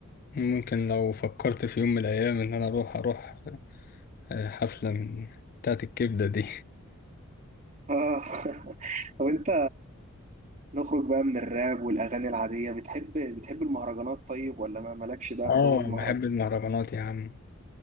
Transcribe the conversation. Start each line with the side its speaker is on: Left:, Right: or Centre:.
Left: ممكن لو فكرت في يوم من الايام ان انا اروح اروح آه، حفلة من بتاعت الكبدة دي
Right: اه <laughs> طب انت نخرج بقى من الراب والاغاني العاديه بتحب بتحب المهرجانات طيب ولا ما مالكش بقى
Left: اه
Right: في جو المهرجانات
Left: <laughs> بحب المهرجانات يا عم